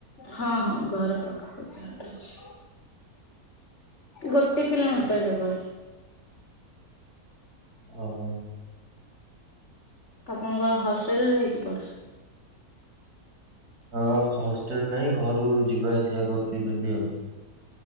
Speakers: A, on the left; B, on the right.
A: ହଁ ହଁ ଘର ପାଖାପାଖି ହାଟ ଅଛି। ଗୋଟେ କିଲୋମିଟର ହେବ।
B: ଓହୋ।
A: ଆପଣ କଣ ହଷ୍ଟେଲରେ ରେ ରହିକି ପଡ଼ୁଛ?
B: ହଁ ହଷ୍ଟେଲ ନାହିଁ ଘରୁ ଯିବା ଆସିବା କରୁଛି ଡେଲି ଆଉ।